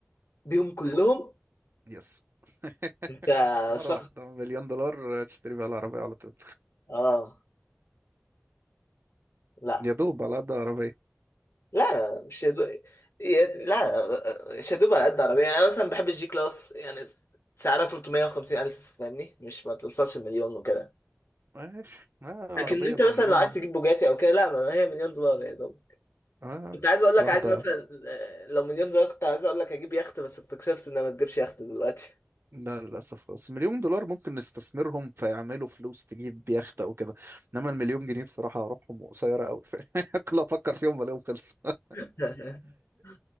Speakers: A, on the left (about 65°); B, on the right (about 55°).
A: بيهم كلهم
B: يس <laughs>
A: انت
B: مرة
A: شخص
B: واحدة مليون دولار تشتري بيها العربية على طول
A: اه لا
B: يا دوب على قد عربية
A: لا مش يدو... ي- لا مش هدوب على قد عربيه يعني انا مثلا بحب الجي كلاس يعني سعرها 350 الف فاهمني مش ما توصلش المليون وكده
B: ماشي آه
A: لكن
B: عربية
A: انت
B: بمليون
A: مثلا لو عايز تجيب بوجاتي او كده لا ما هي مليون دولار يا دوب
B: آه
A: كنت عايز اقول لك
B: واحدة
A: عايز مثلا آه، لو مليون دولار كنت عايز اقول لك هجيب يخت بس اكتشفت انها ما تجيبش يخت دلوقتي
B: لا للأسف خالص مليون دولار ممكن نستثمرهم فيعملوا فلوس تجيب يخت أو كده إنما المليون جنيه بصراحة أروحهم قصيرة أوي <laughs> كل ما أفكر فيهم بلاقيهم خلصوا
A: <laughs>